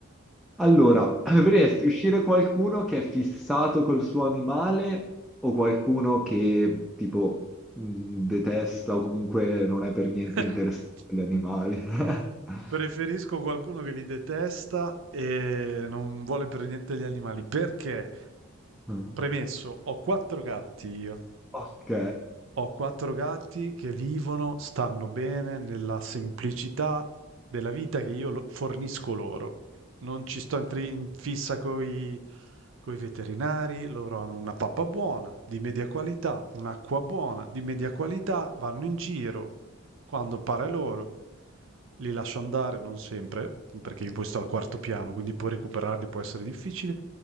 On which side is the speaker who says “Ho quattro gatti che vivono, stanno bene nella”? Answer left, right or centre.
Right